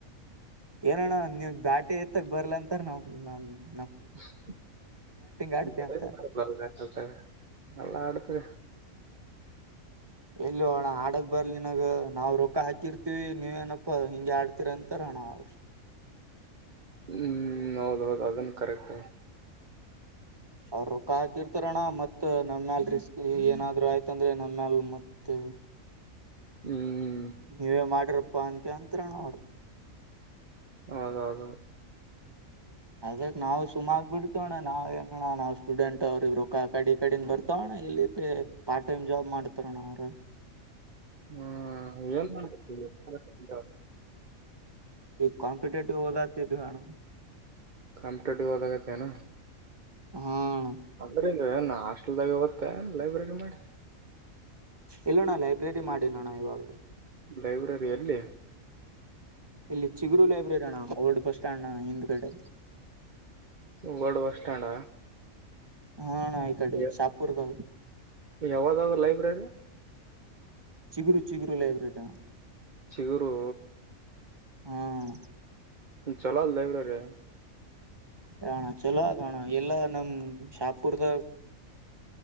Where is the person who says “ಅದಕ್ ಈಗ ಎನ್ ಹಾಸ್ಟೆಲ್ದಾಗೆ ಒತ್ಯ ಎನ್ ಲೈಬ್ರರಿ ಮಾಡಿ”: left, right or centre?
Right